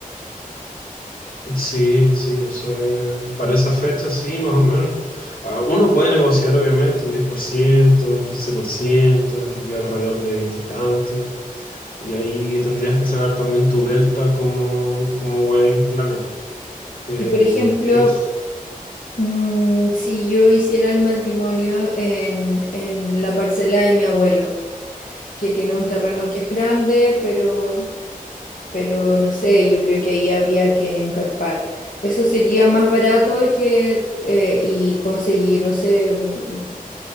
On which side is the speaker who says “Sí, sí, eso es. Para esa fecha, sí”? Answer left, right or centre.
Left